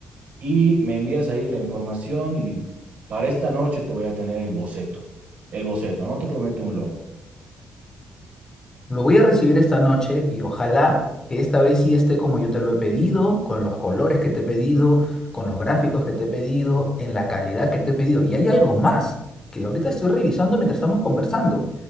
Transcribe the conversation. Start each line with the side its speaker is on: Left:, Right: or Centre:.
Right: Y me envías ahí la información y para esta noche te voy a tener el boceto, el boceto, no te prometo un logo.
Left: Lo voy a recibir esta noche y ojalá que esta vez sí esté como yo te lo he pedido, con los colores que te he pedido, con los gráficos que te he pedido, en la calidad que te he pedido. Y hay algo más que ahorita estoy revisando mientras estamos conversando.